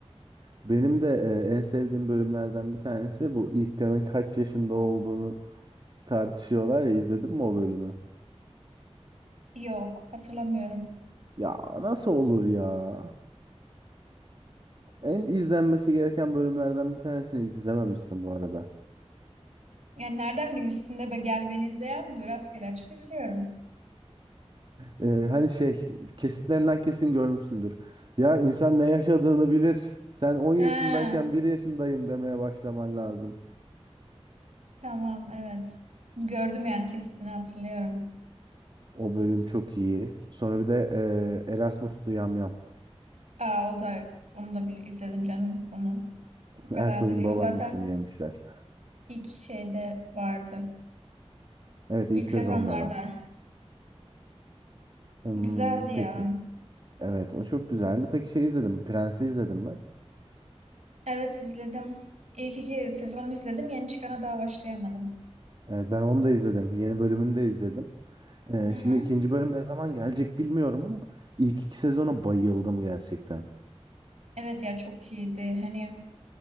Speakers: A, on the right; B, on the right.
A: Benim de e, en sevdiğim bölümlerden bir tanesi bu İlkan'ın kaç yaşında olduğunu tartışıyorlar ya izledin mi o bölümü?
B: Yok hatırlamıyorum.
A: Ya nasıl olur ya? En izlenmesi gereken bölümlerden bir tanesini izlememişsin bu arada.
B: Yani nereden bileyim üstünde be gel beni izle yazmıyor. Rastgele açıp izliyorum.
A: E, hani şey kesitlerinden kesin görmüşsündür. Ya insan ne yaşadığını bilir. Sen 10 yaşındayken
B: Ha.
A: bir yaşındayım demeye başlaman lazım.
B: Tamam evet. Gördüm yani kesitini hatırlıyorum.
A: O bölüm çok iyi. Sonra bir de e, Erasmus'lu yamyam.
B: Aa o da onu da bir izledim canım onu.
A: <laughs>
B: O kadar
A: Ersoy'un
B: da değil.
A: babaannesini
B: O zaten
A: yemişler.
B: ilk şeyde vardı.
A: Evet
B: İlk
A: ilk sezonda
B: sezonlarda.
A: var. Hmm,
B: Güzeldi ya.
A: peki. Evet, o çok güzeldi. Peki şey izledim, Prens'i izledim mi?
B: Evet izledim. İlk iki sezonu izledim. Yeni çıkana daha başlayamadım.
A: Evet, ben onu da izledim. Yeni bölümünü de izledim. Ee,
B: Hı hı.
A: şimdi ikinci bölüm ne zaman gelecek bilmiyorum ama ilk iki sezona bayıldım gerçekten.
B: Evet ya çok iyiydi. Hani